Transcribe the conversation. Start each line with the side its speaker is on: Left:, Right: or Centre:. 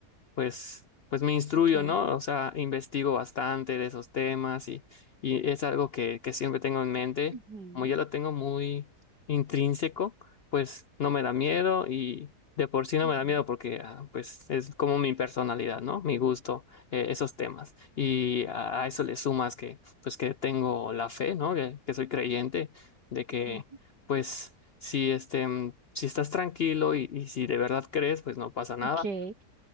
Left: pues, pues me instruyo,
Right: Okay.
Left: ¿no? O sea, investigo bastante de esos temas y, y es algo que, que siempre tengo en mente.
Right: ujú,
Left: Como ya lo tengo muy intrínseco, pues no me da miedo y de por sí no
Right: ujú,
Left: me da miedo porque ah, pues es como mi personalidad, ¿no? Mi gusto, eh, esos temas. Y a, a eso le sumas que pues que tengo la fe, ¿no? Que, que soy creyente de que
Right: ujú,
Left: pues si este... mm, Si estás tranquilo y, y si de verdad crees, pues no pasa nada
Right: Okay.